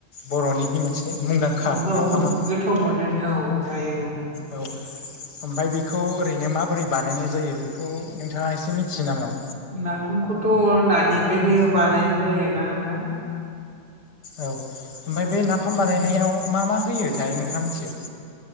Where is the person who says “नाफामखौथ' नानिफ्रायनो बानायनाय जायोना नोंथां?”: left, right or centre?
Right